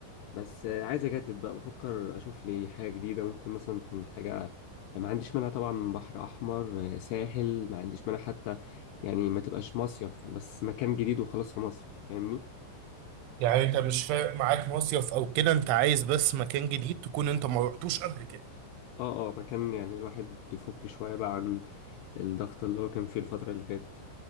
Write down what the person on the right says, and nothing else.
يعني انت مش فارق معاك مصيف او كده انت عايز بس مكان جديد تكون انت ما رحتوش قبل كده